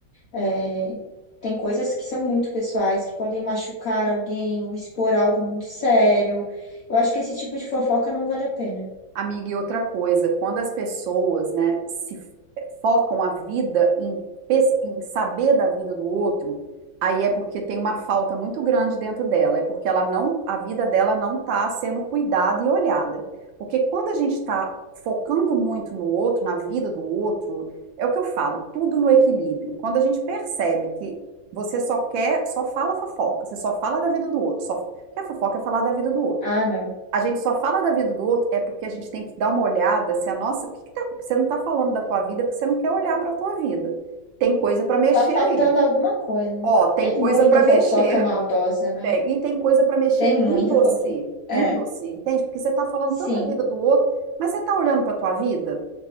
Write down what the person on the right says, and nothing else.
Amiga, e outra coisa, quando as pessoas, né, se f- eh, focam a vida em, pes- em saber da vida do outro, aí é porque tem uma falta muito grande dentro dela, é porque ela não, a vida dela não está sendo cuidada e olhada. Porque quando a gente está focando muito no outro, na vida do outro, é o que eu falo, tudo no equilíbrio. Quando a gente percebe que você só quer, só fala fofoca, você só fala da vida do outro, só quer fofoca é falar da vida do outro
a gente só fala da vida do outro é porque a gente tem que dar uma olhada se a nossa, o que que tá- você não está falando da tua vida porque você não quer olhar para a tua vida. Tem coisa para mexer
aí.
Ó, tem
coisa
para
mexer.
Tem, e tem coisa para mexer
em você,
em você, entende? Porque você está falando
tanto da vida do outro, mas você está olhando para a tua vida?